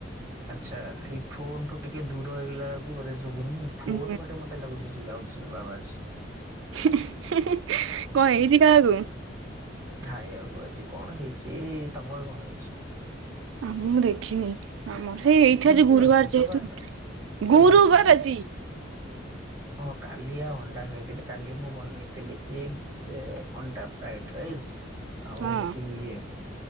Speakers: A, on the right (about 15°); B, on the right (about 80°).
A: ଆଚ୍ଛା ଏଇ ଫୋନଠୁ ଟିକେ ଦୂର ହେଇଗଲା ବେଳକୁ ବୋଧେ ଶୁଭୁନି। ଫୋନ
B: ହୁଁ।
A: ବାଟେ ମତେ ଲାଗୁଛି ଯ ଯାଉଛି ବା ଆବାଚ୍।
B: କଣ ହେଇଛି ଖାଇଆକୁ?
A: ଖାଇଆକୁ ଆଜି କଣ ହେଇଛି ତମର କଣ ହେଇଛି?
B: ଆ ମୁଁଁ ଦେଖିନି ଆମର। ସେଇ ହେଇଥିବ ଆଜି
A: କି
B: ଗୁରୁବାର
A: ବାର ବୁଧବାର
B: ଯେହେତୁ
A: ନା ଓ
B: ଗୁରୁବାର
A: ଆଜି
B: ଆଜି।
A: ହଁ କାଲି ଆ ଅଣ୍ଡା ଖାଇଥିଲି କାଲି ମୁଁ ବନେଇଥିଲି ଏଗ୍ ଏ ଅଣ୍ଡା ଫ୍ରାଇଡ଼୍ ରାଇସ ଆଉ
B: ହଁ
A: ଯୋଉ ଇଏ